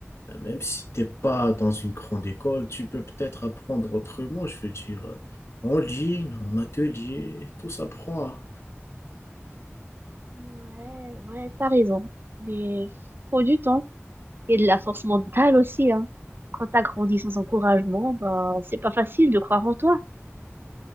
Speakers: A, on the left; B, on the right.
A: Même si t'es pas dans une grande école, tu peux peut-être apprendre autrement, je veux dire. En ligne, en atelier, tout s'apprend. hein.
B: Ouais, ouais, t'as raison. Mais faut du temps et de la force mentale aussi, hein. Quand t'as grandi sans encouragement, bah, c'est pas facile de croire en toi.